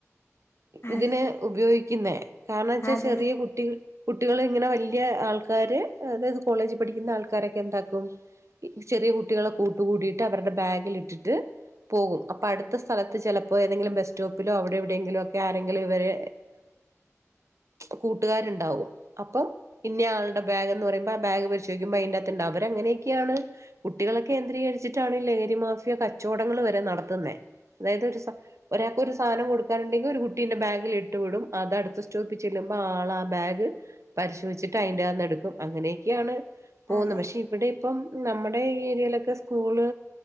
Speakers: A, on the left (about 50°); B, on the right (about 65°).
A: അതെ
B: ഇതിന് ഉപയോഗിക്കുന്നെ കാരണം വെച്ചാ
A: അതെ
B: ചെറിയ കുട്ടികൾ കുട്ടികൾ ഇങ്ങനെ വലിയ ആൾക്കാര് അതായത് കോളേജ് പഠിക്കുന്ന ആൾക്കാരൊക്കെ എന്താക്കും ചെറിയ കുട്ടികളെ കൂട്ട് കൂടിയിട്ട് അവരുടെ ബാഗിൽ ഇട്ടിട്ട് പോകും അപ്പോൾ അടുത്ത സ്ഥലത്ത് ചിലപ്പോൾ ഏതെങ്കിലും ബസ് സ്റ്റോപ്പിലോ അവിടെ എവിടെയെങ്കിലും ഒക്കെ ആരെങ്കിലും ഇവരെ കൂട്ടുകാരുണ്ടാവും അപ്പൊ ഇന്നെ ആളുടെ ബാഗ് എന്ന് പറുമ്പോ ആ ബാഗിൽ പരിശോധിക്കുമ്പോൾ അതിന്റെ അകത്ത് ഉണ്ടാവും അത് അവർ അങ്ങന കുട്ടികളെ കേന്ദ്രീകരിച്ചിട്ടാണ് ലഹരി മാഫിയ കച്ചവടങ്ങൾ വരെ നടത്തുന്നെ അതായത് ഒരു ഒരാൾക്ക് ഒരു സാധനം കൊടുക്കാനുണ്ടക്കിൽ ഒരു കുട്ടീന്റെ ബാഗിൽ ഇട്ടു വിടും അതടുത്ത സ്റ്റോപ്പിൽ ചെല്ലുമ്പോൾ ആളാആ ബാഗ് പരിശോധിച്ചിട്ട് അതിന്റെ അകത്ത് എടുക്കും അങ്ങനെയൊക്കെയാണ് പോകുന്നത്
A: അതെ
B: പക്ഷെ ഇവിടെ ഇപ്പം നമ്മുടെ ഈ ഏരിയയിലൊക്കെ സ്കൂള്